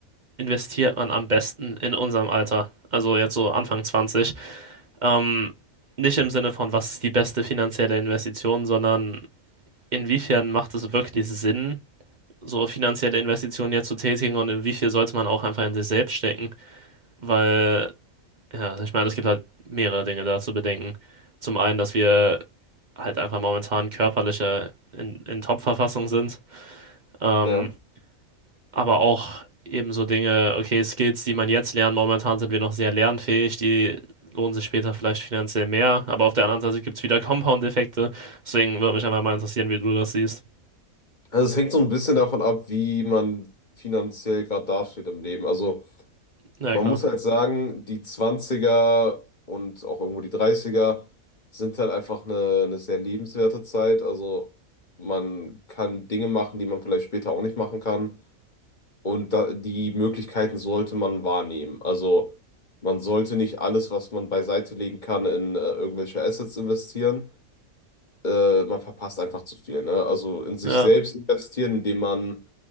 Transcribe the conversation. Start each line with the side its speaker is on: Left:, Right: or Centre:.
Right: investiert man am besten in unserem Alter? Also jetzt so Anfang 20. Ähm, nicht im Sinne von, was ist die beste finanzielle Investition, sondern inwiefern macht es wirklich Sinn, so finanzielle Investitionen jetzt zu tätigen und inwiefern sollte man auch einfach in sich selbst stecken? Weil Ja, ich meine, es gibt halt mehrere Dinge da zu bedenken. Zum einen, dass wir halt einfach momentan körperlicher in, in Top-Verfassung sind. Ähm,
Left: ja.
Right: aber auch eben so Dinge, okay, Skills, die man jetzt lernt, momentan sind wir noch sehr lernfähig, die lohnen sich später vielleicht finanziell mehr. Aber auf der anderen Seite gibt es wieder Compound-Effekte. Deswegen würde mich einfach mal interessieren, wie du das siehst.
Left: Also es hängt so ein bisschen davon ab, wie man finanziell gerade dasteht im Leben. Also
Right: Ja,
Left: man
Right: klar.
Left: muss halt sagen, die Zwanziger und auch irgendwo die Dreißiger sind halt einfach eine, eine sehr lebenswerte Zeit. Also man kann Dinge machen, die man vielleicht später auch nicht machen kann. Und da, die Möglichkeiten sollte man wahrnehmen. Also man sollte nicht alles, was man beiseite legen kann, in äh, irgendwelche Assets investieren. äh, man verpasst einfach zu viel, ne? Also in sich
Right: Ja,
Left: selbst investieren, indem man